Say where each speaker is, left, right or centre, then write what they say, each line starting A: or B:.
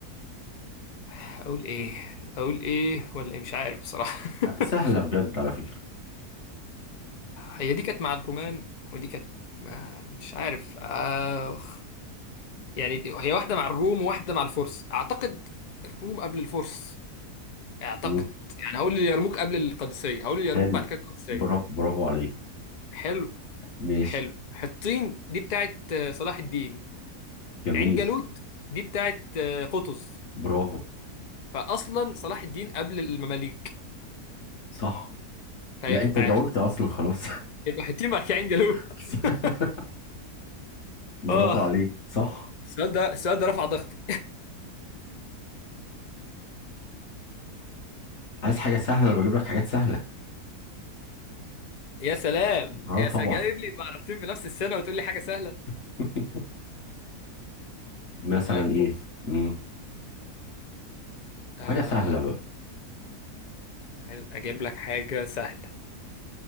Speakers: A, on the left; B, on the left.
A: هقول ايه اقول ايه ولا ايه مش عارف بصراحة <laughs>
B: لا، سهله بجد على فكره
A: هي دي كانت مع الرومان ودي كانت آه، مش عارف آه يعني دي- هي واحدة مع الروم وواحدة مع الفرس أعتقد الروم قبل الفرس أعتقد
B: مم.
A: يعني هقول اليرموك قبل القادسية هقول اليرموك
B: حلو
A: بعد كده القادسية
B: برافو برافو عليك
A: حلو
B: ماشي
A: حلو حطين دي بتاعت آه، صلاح الدين
B: جميل
A: عين جالوت دي بتاعت آه، قطز
B: برافو
A: فأصلا صلاح الدين قبل المماليك
B: صح
A: فيبقى
B: لا انت جاوبت اصلا خلاص
A: يبقى حطين بعد كده عين جالوت
B: <laughs>
A: <laughs>
B: برافو
A: آه
B: عليك صح
A: السؤال ده السؤال ده رفع ضغطي
B: عايز حاجه سهله انا بجيب لك حاجات سهله
A: يا سلام
B: اه
A: يا
B: طبعا
A: سلام جايب لي معركتين في نفس السنة وتقول لي حاجة سهلة
B: <laughs> مثلا
A: طيب
B: ايه
A: بص
B: مم.
A: آه
B: حاجه سهله بقى
A: عايز اجيب لك حاجة سهلة